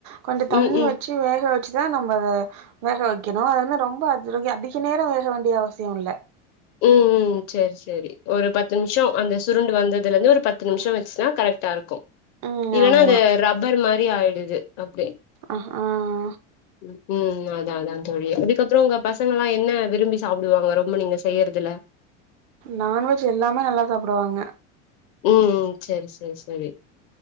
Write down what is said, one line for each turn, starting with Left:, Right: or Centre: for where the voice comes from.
Right: கொஞ்சோ தண்ணி
Left: ம் ம்
Right: வச்சு வேக வச்சுதா நம்ம வேக வைக்கணு அதுன்ன ரொம்ப அத அதிக நேரோ வேக வேண்டிய அவசியோல்ல
Left: ம் ம் செரி செரி ஒரு பத்து நிமிஷோ அந்த சுருண்டு வந்ததுலருந்து ஒரு பத்து நிமிஷோ வச்சுனா கரெக்டாருக்கு
Right: ம்
Left: இல்லனா
Right: ஆமா
Left: அது ரப்பர் மாரி ஆயிடுது அப்டே
Right: ஆஹ ஆ ஆ
Left: ம் ஹும் அதா அதா தோழி அதுக்கப்புறோ உங்கப் பசங்கலா என்ன விரும்பி சாப்புடுவாங்க ரொம்ப நீங்க செய்யறதுல
Right: நான்வெஜ் எல்லாமே நல்லா சாப்பிடுவாங்க
Left: ம் ம் செரி செரி செரி